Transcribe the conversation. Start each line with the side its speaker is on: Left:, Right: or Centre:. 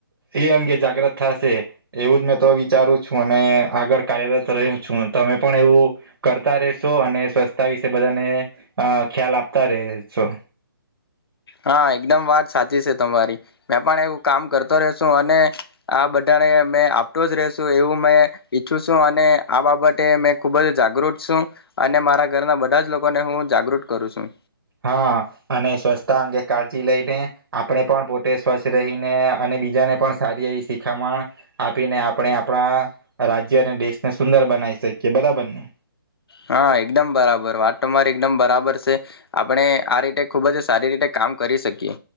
Right: એ અંગે જાગ્રત થશે એવું જ મેં તો વિચારું છું અને આગળ કાર્યરત રેહુ છું તમે પણ એવું કરતા રહેશો અને સ્વરછતા વિશે બધાને આ ખ્યાલ આપતા રહેશો.
Left: હા એકદમ વાત સાચી છે તમારી મેં પણ એવું કામ કરતો રેસુ અને આ બધાને મે આપતો જ રેસુ એવું મેં ઈચ્છું છું અને આ બાબતે મે ખુબ જ જાગૃત છું અને મારા ઘરના બધા જ લોકોને હું જાગૃત કરું છું.
Right: હા અને સ્વચ્છતા અંગે કાળજી લઈને આપણે પણ પોતે સ્વચ્છ રહીને અને બીજાને પણ સારી એવી શીખામણ આપીને આપણે આપણા રાજ્ય અને દેશને સુંદર બનાવી શકીએ બરાબરને?
Left: હા એકદમ બરાબર વાત તમારી એકદમ બરાબર છે આપણે આ રીતે ખુબ જ સારી રીતે કામ કરી શકીએ.